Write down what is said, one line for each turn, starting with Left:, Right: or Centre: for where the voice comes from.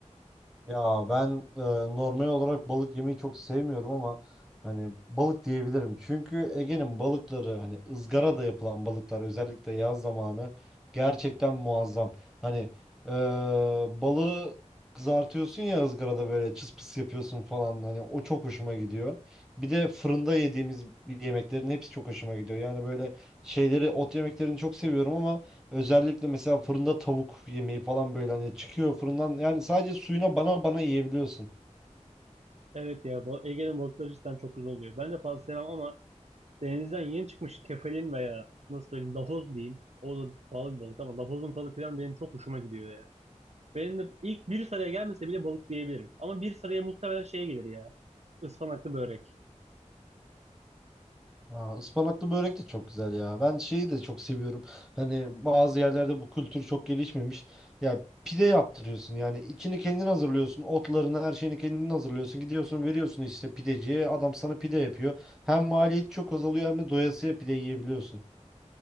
Centre: Ya ben e, normal olarak balık yemeyi çok sevmiyorum ama hani balık diyebilirim. Çünkü Ege'nin balıkları hani ızgarada yapılan balıklar özellikle yaz zamanı gerçekten muazzam. Hani e, balığı kızartıyorsun ya ızgarada böyle çıs pıs yapıyorsun falan hani o çok hoşuma gidiyor. Bir de fırında yediğimiz yemeklerin hepsi çok hoşuma gidiyor. Yani böyle şeyleri ot yemeklerini çok seviyorum ama Özellikle mesela fırında tavuk yemeği falan böyle hani çıkıyor fırından yani sadece suyuna bana bana yiyebiliyorsun.
Right: Evet ya bu Ege'nin balıkları cidden çok güzel oluyor. Ben de fazla sevmem ama denizden yeni çıkmış kefalin veya nasıl söyleyeyim lahoz diyeyim. O da pahalı bir balık ama lahozun tadı falan benim çok hoşuma gidiyor ya. Benim de ilk bir sıraya gelmese bile balık diyebilirim. Ama bir sıraya muhtemelen şey gelir ya. Ispanaklı börek.
Centre: Aa, ıspanaklı börek de çok güzel ya. Ben şeyi de çok seviyorum. Hani bazı yerlerde bu kültür çok gelişmemiş. Ya pide yaptırıyorsun yani içini kendin hazırlıyorsun. Otlarını her şeyini kendin hazırlıyorsun. Gidiyorsun veriyorsun işte pideciye adam sana pide yapıyor. Hem maliyet çok azalıyor hem de doyasıya pide yiyebiliyorsun.